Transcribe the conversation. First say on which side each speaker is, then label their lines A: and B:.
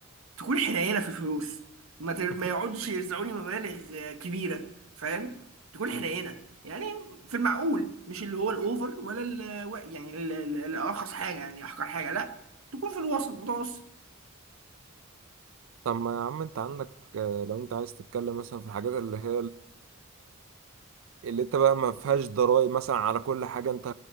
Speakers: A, on the right; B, on the right.
A: تكون حنينه في الفلوس ما تر...
B: <laughs>
A: ما يقعدش يرزعوني مبالغ آه، كبيره فاهم تكون حنينه يعني في المعقول مش اللي هو الاوفر ولا ال... و- يعني ال- ال- الارخص حاجه يعني احقر حاجه لا تكون في الوسط متوسط
B: طب ما يا عم انت عندك آه، لو انت عايز تتكلم مثلا في الحاجات اللي هي اللي انت بقى ما فيهاش ضرائب مثلا على كل حاجة انت